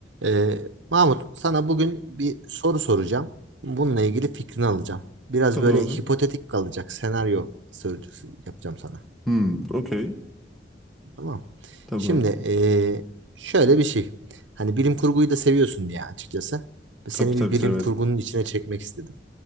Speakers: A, on the right (about 85°); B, in the centre.
A: Ee, Mahmut, sana bugün bir soru soracağım. Bununla ilgili fikrini alacağım. Biraz
B: Tabii
A: böyle
B: abi.
A: hipotetik kalacak senaryo sorucusu yapacağım sana.
B: Hmm, okey.
A: Tamam. mı?
B: Tamam.
A: Şimdi ee, şöyle bir şey. Hani bilim kurguyu da seviyorsun diye açıkçası. Seni
B: Tabii tabii
A: bir bilim
B: severim.
A: kurgunun içine çekmek istedim.